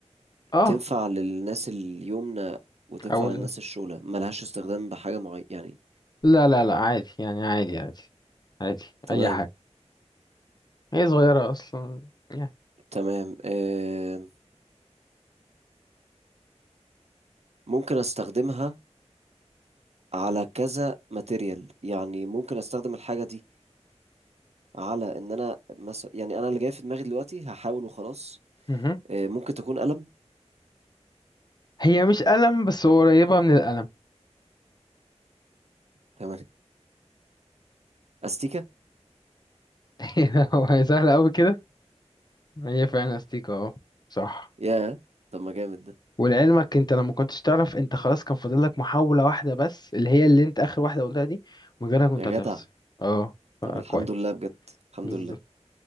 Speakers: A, on the left; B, on the right.
A: اه
B: تنفع للناس اليمنى وتنفع
A: او
B: للناس
A: ال-
B: الشولة ملهاش استخدام بحاجة معينة يعني
A: لا لا لا عادي يعني عادي عادي عادي
B: تمام
A: اي حاجة هي صغيرة اصلا يعني
B: تمام آم، ممكن استخدمها على كذا ماتيريال يعني ممكن استخدم الحاجة دي على ان انا مثلا يعني انا اللي جاي في دماغي دلوقتي هحاول وخلاص
A: مهم.
B: آه، ممكن تكون قلم
A: هي مش قلم بس هو قريبة من القلم
B: تمام استيكة
A: <laughs> هو سهلة قوي كده هي فعلا استيكة اه صح
B: يا طب ما جامد ده
A: ولعلمك انت لما كنتش تعرف انت خلاص كان فاضل لك محاولة واحدة بس اللي هي اللي انت اخر واحدة قلتها دي من غيرها كنت
B: يا جدع
A: هتخسر اه
B: طب
A: فكويس
B: الحمد لله بجد الحمد
A: بالظبط
B: لله